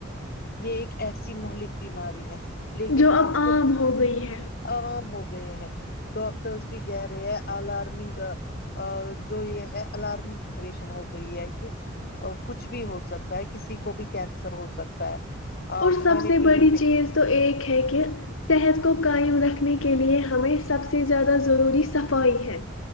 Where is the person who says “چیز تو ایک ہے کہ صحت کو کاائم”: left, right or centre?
Left